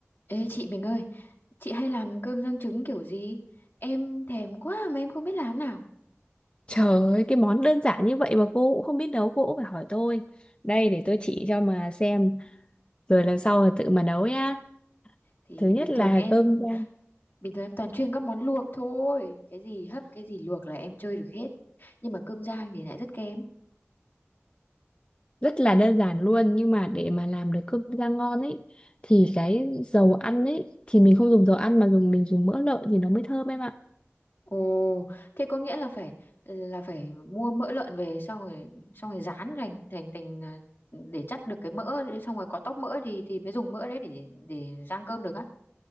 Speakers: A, on the left (about 55°); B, on the left (about 25°).
A: Ê chị mình ơi, chị hay làm cơm rang trứng kiểu gì? Em thèm quá mà em không biết làm nào.
B: Trời ơi, cái món đơn giản như vậy mà cô cũng không biết nấu, cô cũng phải hỏi tôi. Đây để tôi chỉ cho mà xem, rồi lần sau là tự mà nấu nhá.
A: Thì
B: Thứ nhất
A: bình
B: là
A: thường em
B: cơm rang,
A: bình thường em toàn chuyên các món luộc thôi. Cái gì hấp, cái gì luộc là em chơi được hết. Nhưng mà cơm rang thì lại rất kém.
B: rất là đơn giản luôn, nhưng mà để mà làm được cơm rang ngon ấy thì cái dầu ăn ấy thì mình không dùng dầu ăn mà dùng mình dùng mỡ lợn thì nó mới thơm em ạ.
A: Ồ, thế có nghĩa là phải là phải mua mỡ lợn về xong rồi xong rồi rán thành thành thành à, để chắt được cái mỡ đấy, xong rồi có tóp mỡ thì thì mới dùng mỡ đấy để để rang cơm được á.